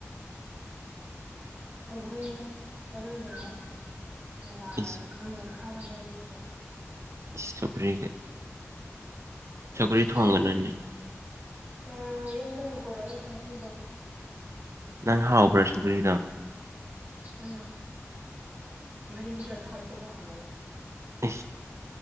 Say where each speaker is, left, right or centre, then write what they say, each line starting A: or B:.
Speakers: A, on the right (about 35°); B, on the right (about 65°).
A: ꯁ ꯁꯒ ꯃ ꯃꯥ
B: ꯏꯁ
A: ꯈꯃꯦꯔ ꯈꯥꯕꯗꯖꯥꯏ
B: ꯏꯁ ꯁꯧꯒ꯭ꯔꯤ ꯁꯧꯒ꯭ꯔꯤ ꯊꯣꯡꯒꯅꯨꯅꯦ
A: ꯆ ꯑ ꯌꯨꯝꯗ ꯄꯨꯔ ꯆꯗ
B: ꯅꯪ ꯍꯥꯎꯕ꯭ꯔꯥ ꯁꯨꯒ꯭ꯔꯤꯗꯣ
A: ꯎ ꯃꯗ ꯊꯒꯨꯕꯍ
B: ꯎ